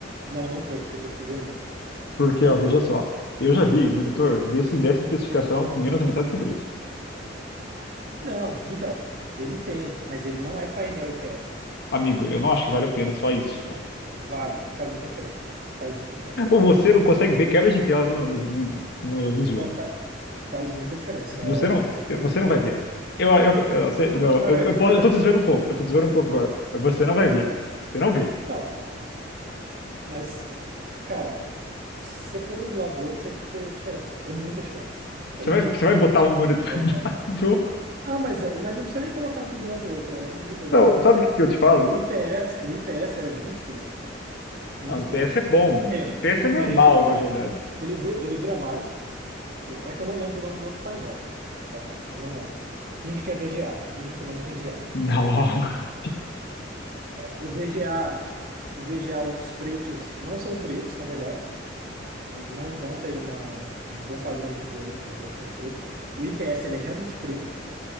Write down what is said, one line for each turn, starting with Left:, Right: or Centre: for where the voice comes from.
Right: Não, não tô, porque eu pesquisei muito.
Left: Porque, ó, veja só. Eu já vi monitor desse, dessa especificação menos da metade desse preço.
Right: Não, então, ele tem, mas ele não é painel IPS.
Left: Amigo, eu não acho que vale a pena só isso.
Right: Vale, faz muita diferença. Faz muita diferença.
Left: Ou você
Right: Mu-
Left: não consegue ver quebra de tela no, no, no, no, nos jogos.
Right: Não, faz, faz muita diferença
Left: Você
Right: a diferença
Left: não,
Right: de painel.
Left: você não vai ver. Eu, eu, eu, sei-
Right: Eu
Left: não,
Right: não,
Left: eu,
Right: Alex,
Left: eu, posso-
Right: Alex.
Left: eu tô te zoando um pouco, eu tô te zoando um pouco agora. Mas Você não vai
Right: É,
Left: ver.
Right: você tá-
Left: Você não vê.
Right: Não, mas, cara, você põe um do lado do outro, você vê a diferença. É muita diferença. É
Left: Você
Right: ridículo.
Left: vai, você vai botar um monitorador.
Right: É...
Left: <laughs>
Right: Ah, mas, é- mas não precisa nem colocar um do lado do outro, é ridículo a
Left: Não,
Right: diferença.
Left: sabe o que que eu te falo?
Right: O IPS, o IPS é muito superior. muito
Left: Não, IPS
Right: superior.
Left: é bom.
Right: Primeiro,
Left: IPS
Right: primeiro,
Left: é normal,
Right: ele dura mais.
Left: na verdade.
Right: Ele, du- ele dura mais. O- É que eu não lembro o nome do outro painel, tá? Eu não lembro. Finge que é VGA. Finge que o nome é VGA.
Left: Não, <laughs>
Right: O VGA, o VGA, os pretos não são pretos, na verdade. Ele não, não tem uma, um bom padrão de cores, vamos dizer assim, preto. O IPS, ele é realmente preto.